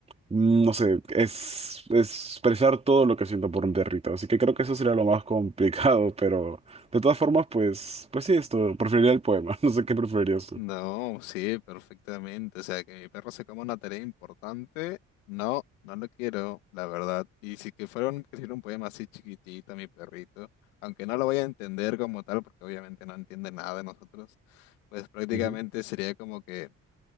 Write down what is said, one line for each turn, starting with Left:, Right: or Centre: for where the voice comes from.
Right: mm, No sé, es, es expresar todo lo que siento por un perrito, así que creo que eso sería lo más <laughs> complicado, pero de todas formas, pues, pues sí, esto, preferiría el poema, <laughs> no sé qué preferirías tú.
Left: No, sí, perfectamente. O sea, que mi perro se coma una tarea importante, no, no lo quiero, la verdad. Y si que fuera un, que hiciera un poema así chiquitito, mi perrito, aunque no lo vaya a entender como tal, porque obviamente no entiende nada de nosotros, pues prácticamente
Right: Ujú.
Left: sería como que,